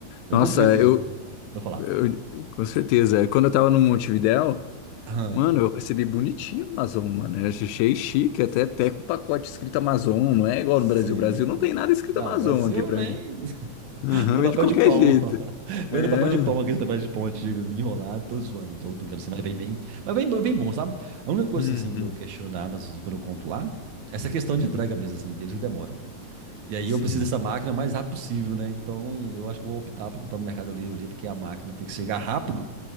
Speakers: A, on the right; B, on the left.
A: Eu
B: Nossa,
A: comprei esses
B: eu,
A: dias. Vou falar.
B: eu- com certeza. Quando eu tava no Montevidéu,
A: Ah,
B: mano, eu recebi bonitinho Amazon, mano. Eu achei chique, até, até com o pacote escrito Amazon, não é igual
A: sim.
B: no Brasil. O Brasil não tem nada escrito
A: Não,
B: Amazon
A: Brasil
B: aqui pra
A: vem
B: mim. Uhum,
A: <laughs> no
B: vem
A: papel
B: de qualquer
A: de pão.
B: jeito.
A: <laughs>
B: É.
A: Vem no papel de pão, aqueles papéis de pão antigos, enrolado, todos zoando, todo brincando assim, mas vem bem. Mas vem, bem bom, sabe? A única coisa
B: Uhum.
A: assim que eu questiono na Amazon assim, quando eu compro lá, é essa questão de
B: Uhum.
A: entrega mesmo, assim, deles que demoram. E aí
B: Sim.
A: eu preciso dessa máquina o mais rápido possível, né? Então eu acho que eu vou optar por comprar no Mercado Livre ali, porque a máquina tem que chegar rápido